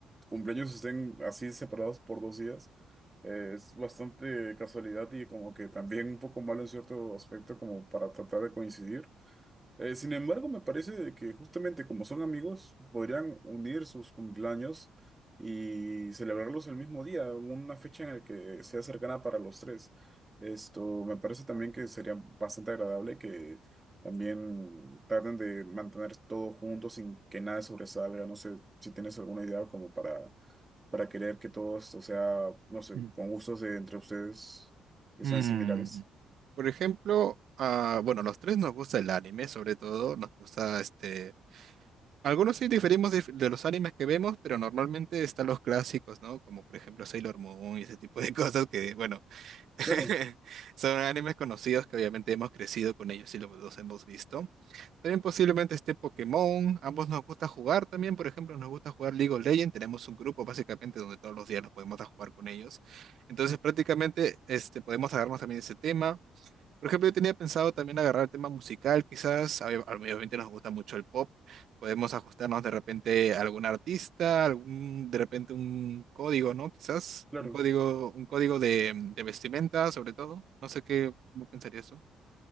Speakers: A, on the right (about 20°); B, on the right (about 65°).
A: cumpleaños estén así separados por dos días. Eh, es bastante casualidad y como que también un poco malo en cierto aspecto como para tratar de coincidir. Eh, sin embargo, me parece de que justamente como son amigos, podrían unir sus cumpleaños y celebrarlos el mismo día, una fecha en la que sea cercana para los tres. Esto me parece también que sería bastante agradable que también traten de mantener todo junto sin que nada sobresalga. No sé si tienes alguna idea como para, para querer que todo esto sea, no sé,
B: Mm.
A: con gustos de entre ustedes que
B: Mm,
A: sean similares.
B: Por ejemplo, ah, bueno, los tres nos gusta el anime, sobre todo, nos gusta este. Algunos sí diferimos de, de los animes que vemos, pero normalmente están los clásicos, ¿no? Como por ejemplo Sailor Moon y ese tipo de <laughs> cosas que, bueno, <laughs>
A: Claro,
B: Son animes conocidos que obviamente hemos crecido con ellos y lo- los hemos visto. También posiblemente esté Pokémon. Ambos nos gusta jugar también. Por ejemplo, nos gusta jugar League of Legends. Tenemos un grupo básicamente donde todos los días nos podemos a jugar con ellos. Entonces prácticamente este, podemos agarrarnos también ese tema. Por ejemplo, yo tenía pensado también agarrar el tema musical, quizás, ob- obviamente nos gusta mucho el pop, podemos ajustarnos de repente a algún artista, algún, de repente un código, ¿no? Quizás,
A: claro.
B: un código, un código de, de vestimenta, sobre todo. No sé qué, cómo pensarías tú.